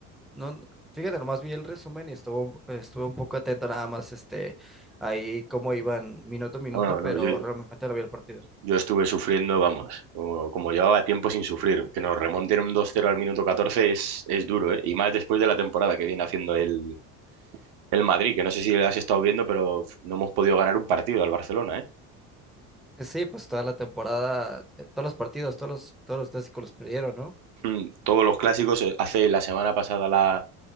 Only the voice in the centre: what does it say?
No, no- fíjate, nomás vi el resumen y estuvo, un- estuve un poco atento nada más, este, ahí cómo iban minuto a minuto,
pero
realmente no vi el partido.
Sí, pues, toda la temporada, eh, todos los partidos, todos los, todos los clásicos los perdieron, ¿no?